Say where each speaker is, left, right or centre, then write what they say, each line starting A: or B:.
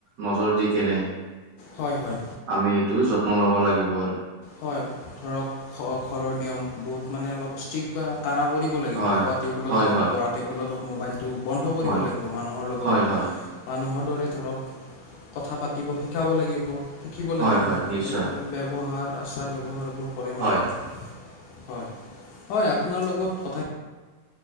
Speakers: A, on the right (about 70°); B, on the left (about 75°).
A: নজৰ দি কেনে
B: হয় হয়
A: আমি এইটো যত্ন লব লাগিব আৰু
B: হয় ধৰক ঘৰৰ নিয়ম বহুত মানে অলপ ষ্ট্ৰিকট বা কাৰা কৰিব লাগিব
A: হয়
B: খোৱা টেবুলত
A: হয়
B: হওক
A: হয়
B: পঢ়া টেবুলত হওক মোবাইলটো বন্ধ কৰিব
A: হয়
B: লাগিব মানুহৰ লগত
A: হয় হয়
B: মানুহত ধৰ কথা পাতিব শিকাব লাগিব শিকিব
A: হয়
B: লাগিবক
A: হয় নিশ্চয়
B: আচাৰ ব্যৱহাৰবোৰ কৰে
A: হয়
B: মানুহক হয় হয় আপোনাৰ লগত কথা